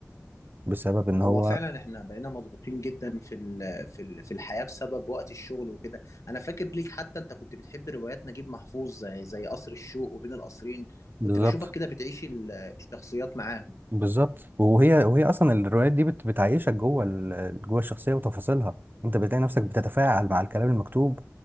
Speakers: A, on the right (about 40°); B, on the left (about 70°).
A: بسبب ان هو
B: هو فعلا احنا بقينا مضغوطين جدا في ال في ال في الحياة بسبب وقت الشغل وكده انا فاكر ليك حتى انت كنت بتحب روايات نجيب محفوظ زي زي قصر الشوق وبين القصرين
A: بالظبط
B: كنت بشوفك كده بتعيش ال- الشخصيات معاهم
A: بالظبط وهي وهي اصلا الروايات دي بت... بتعيشك جوه ال... جوه الشخصية وتفاصيلها انت بتلاقي نفسك بتتفاعل مع الكلام المكتوب